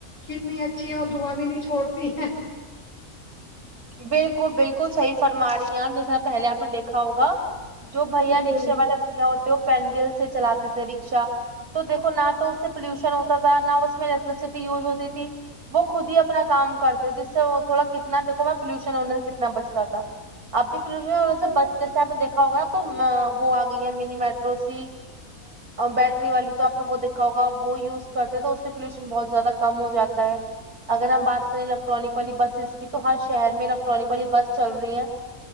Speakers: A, on the left (about 55°); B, on the right (about 80°).
A: کتنی اچھی ہے وہ دعا بھی نہیں چھوڑتی ہے
B: بالکل بالکل صحیح فرما رہی ہ جیسا پہلے آپ نے دیکھا ہوگا جو بھیا
A: بالکل
B: رکشے والے بھیا ہوتے ہو پینڈل سے چلاتے تھے رکشا تو دیکھو نہ تو اس سے پولوشن ہوتا تھا نہ اس الیکٹرسٹی ہوتی تھی وہ خد ہی اپنا کام کرتے وہ تھوڑا کتنا دیکھو میں پولوشن ہونے سے کتنا بچتا تھا اب بھی پولوشن سے بس جیسے آپ نے دیکھا ہوگا نا تو وہ آ گئی ہے منی میٹرو س بیٹری والی تو آپ نے وہ دیکھا ہوگا وہ یوز کرتے تو اس سے پولوشن بہت زیادہ کم ہو جاتا ہے اگر ہم بات کریں الیکٹرانک والی بسز کی تو ہر شہر میں الیکٹرانک والی بس چل رہی ہیں